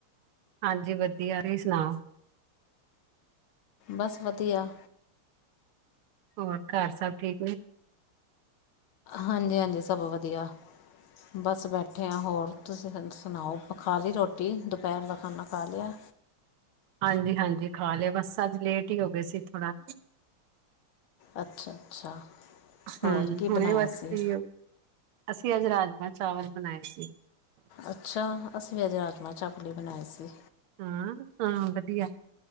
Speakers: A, on the right; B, on the left.
A: ਹਾਂਜੀ ਵਦੀਆ, ਤੁਸੀ ਸੁਣਾਓ
B: ਬਸ, ਵਦੀਆ।
A: ਹੋਰ, ਘਰ ਸਭ ਠੀਕ ਨੇ?
B: ਹਾਂਜੀ-ਹਾਂਜੀ, ਸਭ ਵਦੀਆ। ਬਸ, ਬੈਠੇ ਹਾਂ, ਹੋਰ ਤੁਸੀਂ ਸੁਣਾਓ। ਖਾ ਲਈ ਰੋਟੀ, ਦੁਪੈਰ ਦਾ ਖਾਣਾ ਖਾ ਲਿਆ?
A: ਹਾਂਜੀ-ਹਾਂਜੀ, ਖਾ ਲਿਆ। ਬਸ ਅੱਜ ਲੇਟ ਹੀ ਹੋ ਗਏ ਸੀ, ਥੋੜਾ।
B: ਅੱਛਾ -ਅੱਛਾ,
A: ਹਮ
B: ਹੋਰ ਕੀ
A: ਹੁਣੇ
B: ਬਣਾਇਆ
A: ਬਸ ਫ੍ਰੀ
B: ਸੀ?
A: ਹੋ, ਅਸੀਂ ਅੱਜ ਰਾਜਮਾ ਚਾਵਲ ਬਣਾਏ ਸੀ।
B: ਅੱਛਾ, ਅਸੀਂ ਵੀ ਅੱਜ ਰਾਜਮਾਂ ਚਾਹਲ ਈ ਬਣਾਏ ਸੀ।
A: ਹਾਂ-ਹਾਂ ਵਧੀਆ।